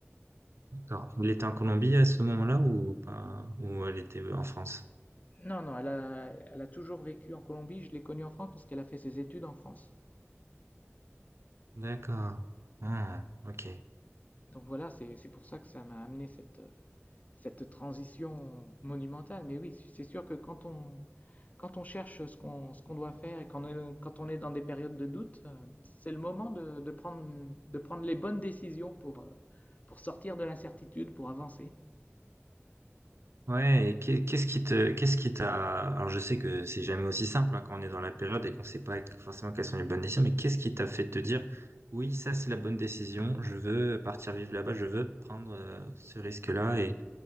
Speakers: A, on the right (about 65°); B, on the left (about 35°).
A: D'accord. Elle était en Colombie à ce moment-là ou pas? Ou elle était en France?
B: Non, non, elle a, elle a toujours vécu en Colombie. Je l'ai connue en France parce qu'elle a fait ses études en France.
A: D'accord. Ah, ok.
B: Donc voilà, c'est c'est pour ça que ça m'a amené cette, euh, cette transition monumentale. Mais oui, c'est sûr que quand on, quand on cherche ce qu'on ce qu'on doit faire et quand on, est, quand on est dans des périodes de doute, euh, c'est le moment de, de prendre, de prendre les bonnes décisions pour, euh, pour sortir de l'incertitude, pour avancer.
A: Ouais, et qu'est- qu'est-ce qui te, qu'est-ce qui t'a, alors je sais que c'est jamais aussi simple hein, quand on est dans la période et qu'on sait pas forcément quelles sont les bonnes décisions, mais qu'est-ce qui t'a fait te dire, oui, ça c'est la bonne décision, je veux partir vivre là-bas, je veux prendre euh, ce risque-là, et,